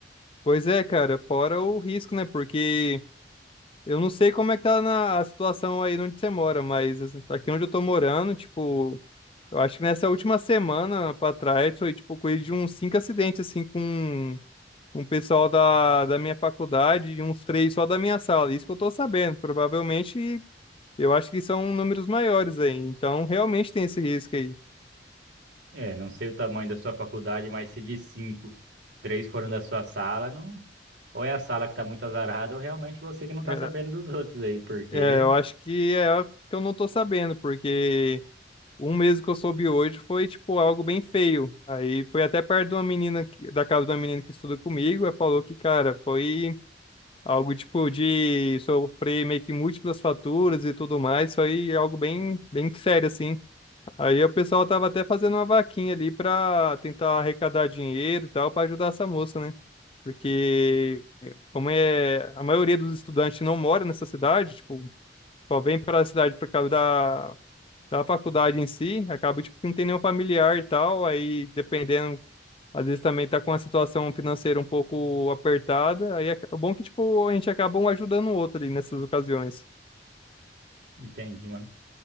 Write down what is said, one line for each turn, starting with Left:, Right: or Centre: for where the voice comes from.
Left: Pois é, cara, fora o risco, né? Porque. Eu não sei como é que tá na a situação aí onde você mora, mas assim, aqui onde eu tô morando, tipo, eu acho que nessa última semana pra trás foi tipo coisa de uns cinco acidentes assim com um pessoal da, da minha faculdade e uns três só da minha sala. Isso que eu tô sabendo. Provavelmente eu acho que são números maiores aí. Então realmente tem esse risco aí.
Right: É, não sei o tamanho da sua faculdade, mas se de cinco, três foram da sua sala, não. Ou é a sala que tá muito azarada, ou realmente você que não tá
Left: É,
Right: sabendo dos outros aí, porque.
Left: É, eu acho que é o que eu não tô sabendo, porque Um mesmo que eu soube hoje foi, tipo, algo bem feio. Aí foi até perto de uma menina, que- da casa de uma menina que estuda comigo, ela falou que, cara, foi algo, tipo, de sofrer meio que múltiplas faturas e tudo mais. Foi algo bem, bem sério, assim. Aí o pessoal tava até fazendo uma vaquinha ali pra tentar arrecadar dinheiro e tal, pra ajudar essa moça, né? Porque, como é, a maioria dos estudantes não mora nessa cidade, tipo, só vem para a cidade por causa da da faculdade em si, acaba tipo, que não tem nenhum familiar e tal, aí dependendo, às vezes também tá com a situação financeira um pouco apertada, aí é é bom que tipo a gente acaba um ajudando o outro ali nessas ocasiões.
Right: Entendi, mano.